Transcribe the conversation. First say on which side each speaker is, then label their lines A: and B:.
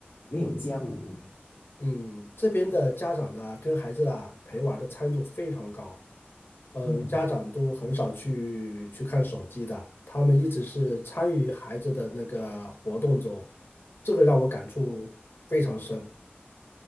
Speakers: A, on the left; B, on the left.
A: 没有交流。
B: 嗯，这边的家长呢，跟孩子啊陪玩儿的参与度非常高。嗯，
A: 嗯
B: 家长都很少去去看手机的，他们一直是参与孩子的那个活动中，这个让我感触非常深。